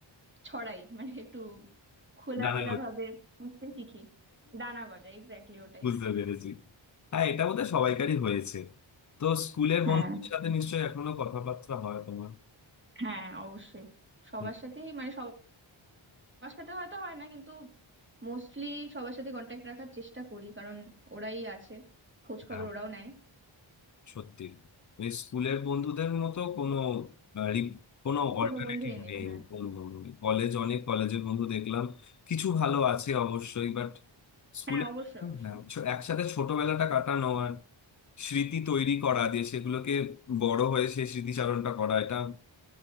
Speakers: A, on the right (about 25°); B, on the left (about 40°).
A: ছড়াই মানে একটু খোলামেলা
B: নানা গোছ
A: ভাবে বুঝতে শিখি দানা গজায় এক্স্যাক্টলি ওটাই
B: বুঝতে পেরেছি হ্যাঁ এটা বোধহয় সবাইকারই হয়েছে তো স্কুলের
A: হ্যাঁ
B: বন্ধুদের সাথে নিশ্চয়ই এখনো কথাবার্তা হয় তোমার
A: হ্যাঁ অবশ্যই সবার
B: হুম।
A: সাথেই মানে সবার সাথে হয়তো হয় না কিন্তু মোস্টলি সবার সাথে কন্ট্যাক্ট রাখার চেষ্টা করি কারণ ওরাই আছে খোঁজ খবর
B: হ্যাঁ।
A: ওরাও নেয়
B: সত্যি ওই স্কুলের বন্ধুদের মতো কোনো আহ, রি- কোনো অল্টারনেটিভ
A: কোনো বন্ধুই নেই
B: নেই
A: হ্যাঁ
B: কলেজ অনেক কলেজের বন্ধু দেখলাম কিছু ভালো আছে অবশ্যই বাট স্কুলে
A: হ্যাঁ অবশ্যই অবশ্যই
B: হ্যাঁ, ছ- একসাথে ছোটবেলাটা কাটানো আর স্মৃতি তৈরি করা দিয়ে সেগুলোকে বড় হয়ে সেই স্মৃতিচারণটা করা এটা